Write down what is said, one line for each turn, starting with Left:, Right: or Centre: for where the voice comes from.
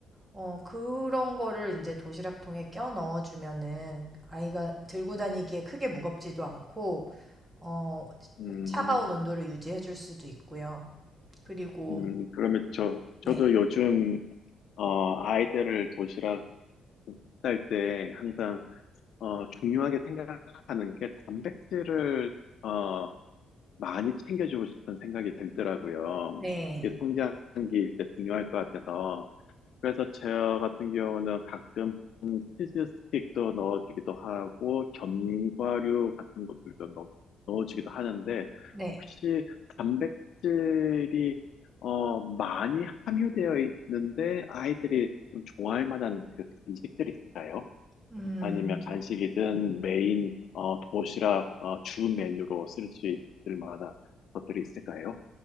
Right: 어 그런 거를 이제 도시락통에 껴 넣어주면은 아이가 들고 다니기에 크게 무겁지도 않고 어
Left: 음,
Right: 차가운 온도를 유지해 줄 수도 있고요. 그리고
Left: 음, 그러면 저,
Right: 네.
Left: 저도 요즘, 어, 아이들을 도시락 쌀 때 항상, 어, 중요하게 생각하는 게 단백질을, 어, 많이 챙겨주고 싶은 생각이 들더라고요.
Right: 네.
Left: 이게 성장기일 때 중요할 것 같아서. 그래서 저 같은 경우는 가끔 치즈 스틱도 넣어주기도 하고 견과류 같은 것들도 넣, 넣어주기도 하는데
Right: 네.
Left: 혹시 단백질이 어, 많이 함유되어 있는데 아이들이 좀 좋아할 만한 그 간식들이 있어요?
Right: 음.
Left: 아니면 간식이든 메인 어, 도시락 어, 주 메뉴로 쓸 수 있을 만한 것들이 있을까요?